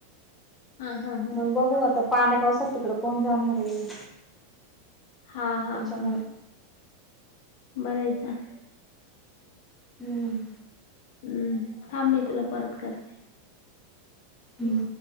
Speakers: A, on the left; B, in the centre.
A: हा हा हा
B: मग बघू आता पाण्या-पावसात तिकडं कोण जाणार आहे?
A: हा -हा-
B: त्याच्यामुळे
A: हा. बरंय चाल.
B: हम्म.
A: हम्म, थांब मी तुला परत करते.
B: हम्म